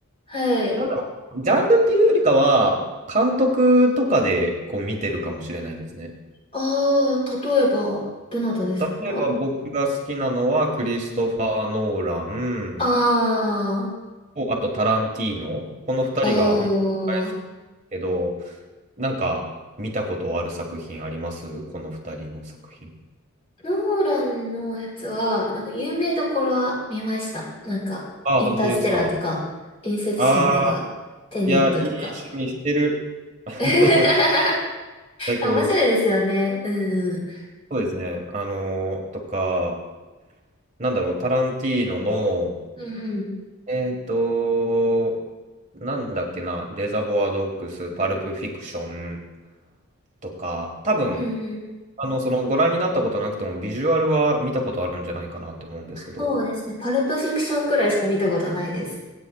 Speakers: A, on the left (about 25°); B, on the right (about 35°).
A: はい。
B: なんだろう、ジャンルっていうよりかは、監督とかでこう見てるかもしれないですね。
A: ああ、例えば、どなたですか
B: 例えば僕が好きなのは、クリストファー・ノーラン
A: ああ、
B: と、あとタランティーノ。この2人が本当に大好きだ
A: ああ、
B: けど、なんか見たことある作品ありますこの2人の作品。
A: ノーランのやつは、なんか有名どころは見ました。なんか、
B: ああ、
A: インターステラーとか、
B: 本当ですか。
A: インセプションとか、
B: ああ、
A: テネットとか。
B: いや、いい趣味してる。<laughs>
A: <laughs> い
B: 最高です。
A: や面白いですよね。うん。
B: そうですね。あのーとか、なんだろう、タランティーノの、
A: うんうん。
B: えっと、なんだっけな、レザボアドッグス、パルプフィクションとか、多分、
A: うんうん。
B: あの、そのご覧になったことなくても、ビジュアルは見たことあるんじゃないかなって思うんですけど、
A: そうですね。パルプフィクションくらいしか見たことないです。